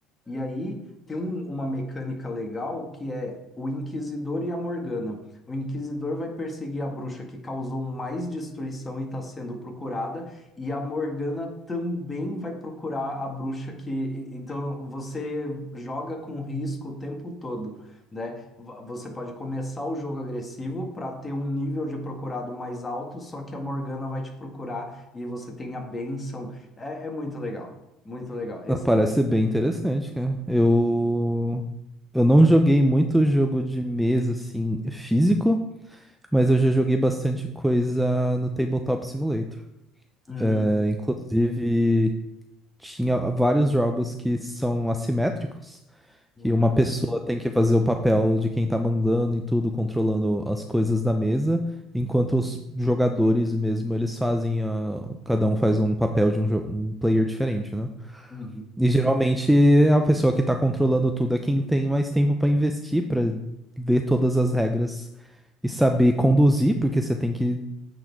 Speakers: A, on the left; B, in the centre.
A: E aí tem um- uma mecânica legal que é o Inquisidor e a Morgana. O Inquisidor vai perseguir a bruxa que causou mais destruição e está sendo procurada, e a Morgana também vai procurar a bruxa que. e- Então você joga com risco o tempo todo, né? Va- Você pode começar o jogo agressivo para ter um nível de procurado mais alto, só que a Morgana vai te procurar e você tem a bênção. É, é muito legal, muito legal. Esse
B: Não, Parece
A: aí.
B: ser bem interessante, cara. Eu. Eu não joguei muito jogo de mesa, assim, físico, Mas eu já joguei bastante coisa no Tabletop Simulator.
A: Hum.
B: É, inclusive, tinha vários jogos que são assimétricos,
A: Uhum,
B: que uma pessoa tem que fazer o papel de quem tá mandando em tudo, controlando as coisas da mesa, enquanto os jogadores mesmo, eles fazem a... cada um faz um papel de um, jo- um player diferente, né?
A: uhum,
B: E geralmente a pessoa que tá controlando tudo é quem tem mais tempo pra investir, pra ler todas as regras e saber conduzir, porque você tem que